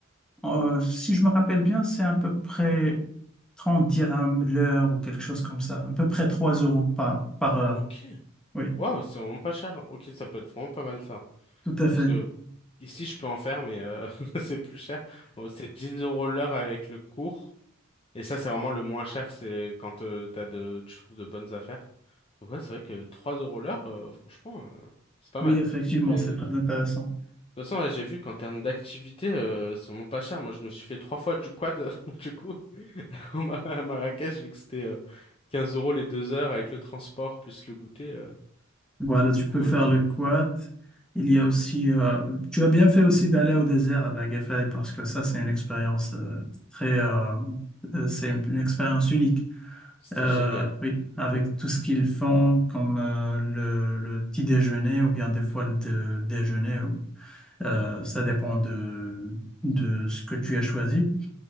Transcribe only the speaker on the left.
Ok.
Waouh, c'est vraiment pas cher. Ok, ça peut être vraiment pas mal ça. hein.
Parce que ici, je peux en faire, mais euh, <laughs> c'est plus cher. Bon, c'est 10 euros l'heure avec le cours. Et ça, c'est vraiment le moins cher, c'est quand euh, t'as de, tu trouves de bonnes affaires. Donc ouais, c'est vrai que 3 euros l'heure, euh, franchement, euh, c'est pas
mal.
Mais
de toute
façon, ouais, j'ai vu qu'en termes d'activité, euh, c'est vraiment pas cher. Moi, je me suis fait trois fois du quad, <laughs> du coup, au Mar- à Marrakech, vu que c'était euh, 15 euros les deux heures avec le transport plus le goûter. euh,
du coup,
euh, je...
c'était
génial.